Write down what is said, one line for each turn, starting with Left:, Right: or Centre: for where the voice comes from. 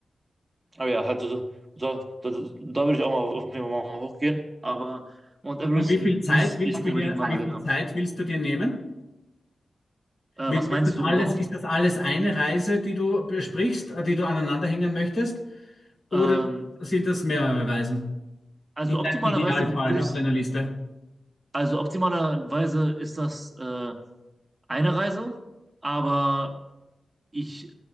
Right: Aber ja, halt, so, so, so, da, da würde ich auch mal auf jeden Fall mal hochgehen. Aber Mount Everest
Left: Und wie viel Zeit
Right: muss
Left: willst
Right: ich
Left: du
Right: unbedingt
Left: dir,
Right: mal
Left: wie
Right: gesehen
Left: viel
Right: haben.
Left: Zeit willst du dir nehmen?
Right: Äh,
Left: Willst-
Right: was
Left: Ist
Right: meinst
Left: das alles,
Right: du, um da hoch?
Left: ist das alles eine Reise, die du besprichst, äh, die du aneinanderhängen möchtest? Oder
Right: Ähm,
Left: sind das mehrere Reisen?
Right: also
Left: In deinem
Right: optimalerweise
Left: Idealfall
Right: würde
Left: auf
Right: ich,
Left: deiner Liste.
Right: also optimalerweise ist das äh, eine Reise, aber ich,